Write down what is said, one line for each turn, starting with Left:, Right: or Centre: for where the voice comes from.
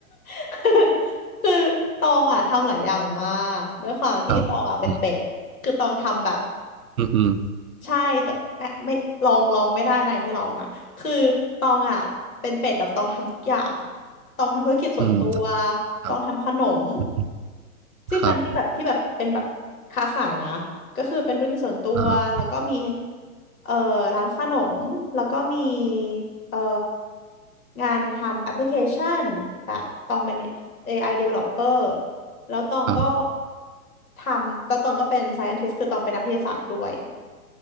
Left: <laughs> คือตองอ่ะทำหลายอย่างมาก ด้วยความที่ตองอ่ะเป็นเป็ด
Right: ครับอืม
Left: คือตองทำแบบ
Right: อืมอืม
Left: ใช่แต่ไม่ไม่ลองลองไม่ได้นะให้ลองนะคือตองอ่ะเป็นเป็ดแบบตองทำทุกอย่างตองทำธุรกิจส่วนตัว
Right: อืมครับ
Left: ตองทำขนม
Right: อืม
Left: ที่เป็นที่แบบที่แบบเป็นแบบค้าขายนะก็คือเป็นธุรกิจส่วนตัวแล้วก็มี
Right: ครับอ่า
Left: เอ่อร้านขนมแล้วก็มีเอ่องานทำแอปพลิเคชันแบบตองเป็น AI developer แล้วตองก็
Right: ครับ
Left: ทำแล้วตองก็เป็น scientist คือตองเป็นนักวิทยาศาสตร์ด้วย